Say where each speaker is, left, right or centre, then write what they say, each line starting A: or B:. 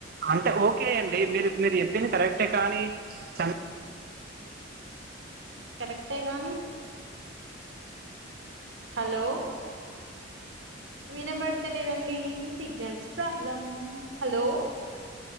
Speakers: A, on the right (about 50°); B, on the right (about 70°).
A: అంటే ఓకే అండి మీరు మీరు చెప్పింది కరెక్టే కానీ చం
B: కరెక్టే ఏ కాని హలో వినబడతలేదండి సిగ్నల్స్ ప్రాబ్లం హలో